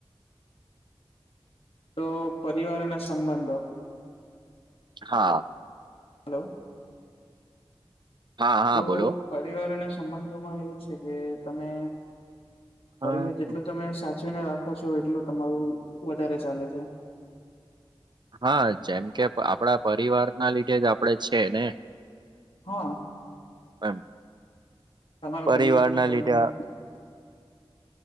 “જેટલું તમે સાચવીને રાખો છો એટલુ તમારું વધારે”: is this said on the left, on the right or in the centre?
Left